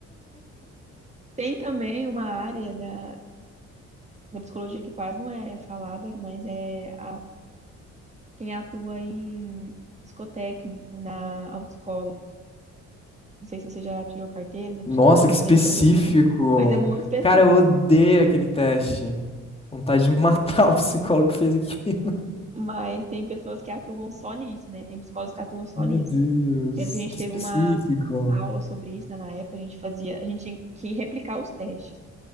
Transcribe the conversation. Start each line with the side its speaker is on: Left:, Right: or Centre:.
Right: Tem também uma área da, da psicologia que quase não é falada, mas é a, quem atua em psicotécnico na autoescola. Não sei se você já tirou carteira, se
Left: Nossa,
Right: você
Left: que específico!
Right: fez o procedimento, mas é muito específico.
Left: Cara, eu odeio aquele teste. Vontade de <laughs> matar o psicólogo que fez aquilo.
Right: Mas tem pessoas que atuam só nisso, né? Tem psicólogos que atuam só
Left: Meu
Right: nisso.
Left: Deus,
Right: Lembro que a gente
Left: que
Right: teve
Left: específico.
Right: uma aula sobre isso, né? Na época a gente fazia, a gente tinha que replicar os testes.